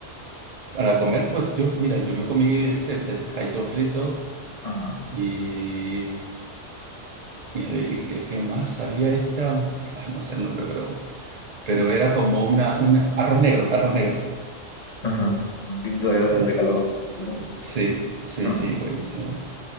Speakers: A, on the right; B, on the left.
A: Para comer, pues yo, mira, yo me comí este, el pescadito frito
B: Ajá,
A: y, y, y ¿qué más? Había esta, ay, no sé el nombre, pero, pero era como una, una, arroz negro, arroz negro.
B: ajá. Un tinto de,
A: La-
B: de calamar, supongo.
A: sí, sí,
B: Ajá,
A: sí, buenísimo,